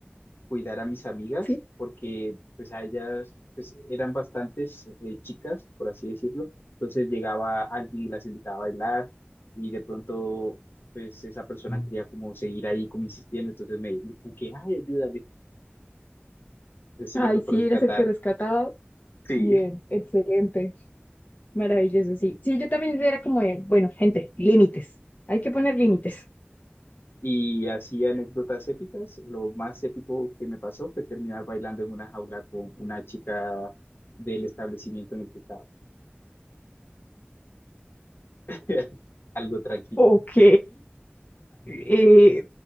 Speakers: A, on the left (about 60°); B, on the left (about 40°).
A: cuidar a mis amigas,
B: sí.
A: porque pues a ellas pues eran bastantes eh, chicas, por así decirlo. Entonces llegaba alguien y las invitaba a bailar y de pronto pues esa persona
B: Mm.
A: quería como seguir ahí como insistiendo, entonces me, me como que, ay, ayuda que sí
B: Ay,
A: me tocó
B: sí,
A: rescatar.
B: eras el que rescataba.
A: Sí.
B: Bien, excelente. Maravilloso, sí. Sí, yo también era como, de, bueno, gente, límites. Hay que poner límites.
A: Y así anécdotas épicas. Lo más épico que me pasó fue terminar bailando en una jaula con una chica del establecimiento en el que estaba. <laughs> Algo tranquilo.
B: Ok, eh,